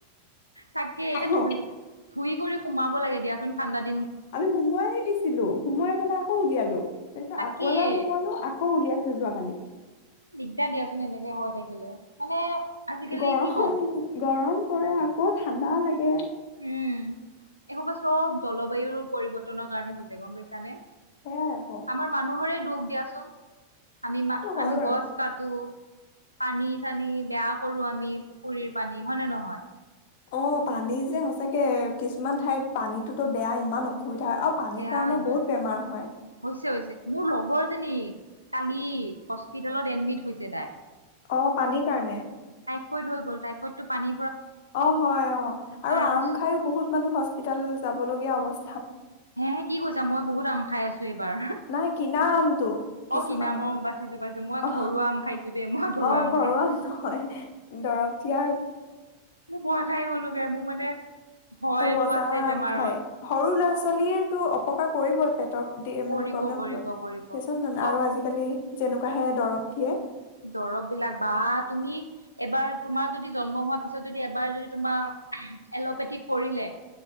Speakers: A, on the left (about 85°); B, on the left (about 50°).
A: তাকে এতিয়া
B: অ
A: ধু-ধুই কৰি সোমাব লাগে দিয়া। ঠণ্ডাত,
B: আমি সোমোৱাইয়ে দিছিলোঁ, সোমোৱাই পেলাই আকৌ উলিয়ালো। তাৰপিছত
A: তাকেই
B: আকৌ এবাৰ সোমোৱালো, আকৌ উলিয়াইছো যোৱাকালি।
A: দিগদাৰ দিয়াচোন এনেকে হৈ থাকিলে। মানে, আজিকালি
B: গৰম-গৰম
A: কি ক'ম
B: পৰে, আকৌ ঠাণ্ডা লাগে।
A: উম, এইসোপা চব জলবায়ুৰ পৰিৱৰ্তনৰ কাৰণে হৈছে, গম পাইছানে।
B: সেয়াই আকৌ
A: আমাৰ মানুহৰে তোক দিয়াচোন। আমি
B: সেইটো
A: মা
B: হয়
A: আমি
B: বাৰু
A: গছ কাটো। পানী-চানী বেয়া কৰো আমি, পুখুৰীৰ পানী। হয়নে নহয়?
B: অ পানী যে সঁচাকে কিছুমান ঠাইত পানীতোতো বেয়া ইমান অক সুবিধা হয়, আৰু পানীৰ
A: বেয়া
B: কাৰণে
A: ইমান
B: বহুত বেমাৰ হয়।
A: হৈছে হৈছে মোৰ লগৰ এজনী কালি হস্পিতেলত এডমিট হৈছে তাই।
B: অ', পানীৰ কাৰণে?
A: ফইড হৈ গ'ল, টাইফইডটো পানী
B: অ', হয়, অ', আৰু
A: তাৰপিছত
B: আম খায়ো বহুত মানুহ হচ হস্পিতাল যাবলগীয়া অৱচ
A: হে কি কৈছা, মই বহুত আম খাই আছোঁ এইবাৰ,
B: নাই কিনা আমটো কিছুমানৰ
A: অ', কিনা আম‌ অ', বাচিছোঁ, বাচিছোঁ মই
B: অ
A: ঘৰুৱা আম খাইছোঁ দেই, মই ঘৰুৱা
B: অ
A: আম খাইছোঁ।
B: নহয় দৰৱ দিয়া
A: মোৰ ভয় খাই গ'লোগে, মোৰ মানে ভয়তো
B: অ' জাম
A: আছে বেমাৰত
B: আম খাই, সৰু ল'ৰা চলিয়েট। টো অপকাৰ কৰিব।
A: কৰিব
B: মানে প্ৰব্লেম
A: কৰিব
B: হ'বোন,
A: কৰিব চব
B: আৰু আজিকালি যেনেকুৱাহে দৰব দিয়ে।
A: দৰব বিলাক, বা তুমি এবাৰ তোমাৰ যদি জন্ম হোৱাৰ পিছত যদি, এবাৰ যদি তোমাৰ এল'পেথিক পৰিলে।